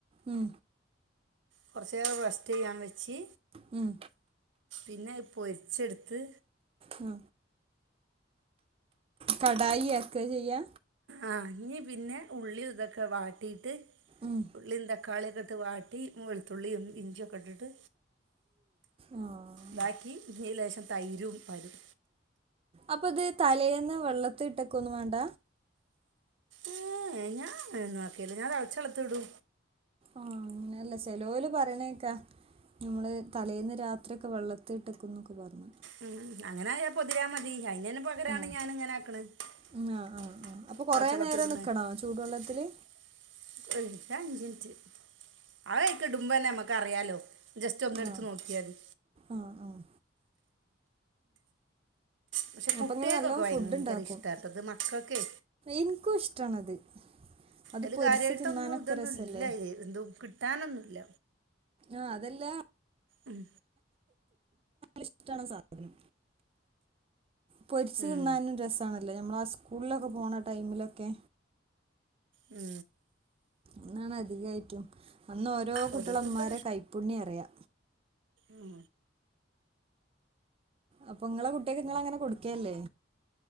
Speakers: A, on the right (about 30°); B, on the right (about 80°).
A: ഉം
B: കുറച്ചു നേരം റെസ്റ്റ് ചെയ്യാൻ വെച്ച്
A: ഉം
B: പിന്നെ പൊരിച്ചെടുത്ത്
A: ഉം കടായി ആക്ക ചെയ്യ
B: ആ ഇനി പിന്നെ ഉള്ളി ഇതൊക്കെ വാട്ടിയിട്ട്
A: ഉം
B: ഉള്ളിം തക്കാളിയൊക്കെ ഇട്ട് വാട്ടി വെളുത്തുള്ളിയും ഇഞ്ചിയൊക്കെ ഇട്ടിട്ട്
A: ആഹ്
B: ദാക്കി ലേശം തൈരും പരു-
A: അപ്പൊ ഇത് തലേന്ന് വെള്ളത്തി ഇട്ടൊക്കെ ഒന്നും വേണ്ട
B: ഏയ് ഞാൻ അങ്ങനെ അക്കിയല്ല ഞാൻ തളചവെള്ളത്തി ഇടൂ
A: ആഹ് അങ്ങനല്ല ചെലോല് പറയണേക്കാ ഞമ്മള് തലേന്ന് രാത്രിക്കെ വെള്ളത്തി ഇട്ടിക്കും എന്നൊക്കെ പറഞ്ഞു
B: ഉം അങ്ങനായ പൊതിരാമ്മതി <unintelligible> പകരാണ്
A: ആഹ്
B: ഞാന്ങ്ങനെ ആക്ക്ണ് <unintelligible>
A: ഉം ആഹ് ആഹ് ആഹ് അപ്പൊ കൊറേ നേരം നിക്കണോ ചൂടുവെള്ളത്തില്
B: അഞ്ച്ൻറ്റ് ആ അയ്ക്ക്ടുമ്പെന്നെ ഞമ്മക് ക്കറിയാലോ ജസ്‌റ്റൊന്ന്ട്ത്ത്
A: ആഹ്
B: നോക്ക്യാതി
A: ആഹ് ആഹ്
B: പക്ഷെ കുട്ട്യാക്കൊക്കെ
A: അപ്പൊ ഇങ്ങള് നല്ലോം
B: ഭയങ്കര
A: ഫുഡ് ഇണ്ടാക്കും
B: ഇഷ്ടാട്ടോ ത് മക്കക്കെ
A: ഇൻക്കും ഇഷ്ടാണത് അത്
B: അയ്ല്
A: പൊരിച്ച്
B: കാര്യായിട്ടൊന്നുംതൊന്നുംല്ല
A: തിന്നാനൊക്കെ രസല്ലേ
B: ന്തോ കിട്ടാനൊന്നുല്ല
A: ആ അതല്ല
B: ഉം
A: ഇഷ്ടാണ് സാധനം പൊരിച്ച്
B: ഉം.
A: തിന്നാനും രസാണല്ലോ നമ്മളാ സ്കൂളിലൊക്കെ പോണ ടൈമിലൊക്കെ
B: ഉം
A: ന്നാണ് അധികായ്റ്റും അന്ന് ഓരോ കുട്ട്യാളെ
B: ഓരോരുത്തർക്കും
A: മ്മാരെ കൈപ്പുണ്യറിയാ
B: ഉം
A: അപ്പൊ നങ്ങളെ കുട്ട്യാക്ക് ങ്ങളങ്ങനെ കൊടുക്കല്ലേ